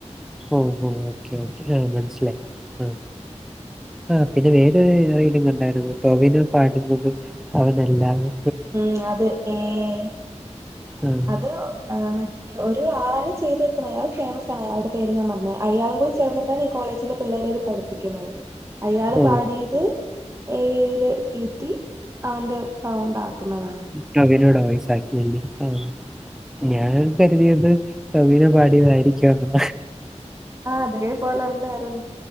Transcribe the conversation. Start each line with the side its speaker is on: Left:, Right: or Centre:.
Centre: മ്ഹ്. ഹ്ഹ്ഹ്. ഓക്കേ ഓക്കേ ആഹ മൻ സ്സിലായി ആ.. ആഹ് പിന്നെ വേറൊരു ഇനിങ്ങു ണ്ടായിരുന്നു ടോവിനോ പാട്ന്നതും അവനല്ലന്ന്.
Right: മ്മ്ഹ്. അതെ. ഏഐ.
Centre: ആഹ്
Right: അത് ആ മ ഒരു ആളാണ് ചെയ്തെക്ക്‌ന്നെ. അയാള് ഫേമസാണ് അയാളുടെ പേര് ഞാൻ മറന്നു അയാളും കൂടി ചേർന്നിട്ടാണ്ഈ കോളേജിലേ പിള്ളേരൊകെ പഠി ഇക്കിന്നത്. അയാള്
Centre: ഓഹ്
Right: പാടിയത് എ യില് കീറ്റി അവന്റെ സൗണ്ടാ. ക്കുന്നതാണ്.
Centre: ടോവിനോടെ ഓയിസാക്കിഎങ്കി ആഹ്. ഞാൻ കരുതിയത് ടോവിനോ പാടിയതായിരിക്കുന്ന.
Right: ആ അതേപോലെണ്ടാര്ന്നു.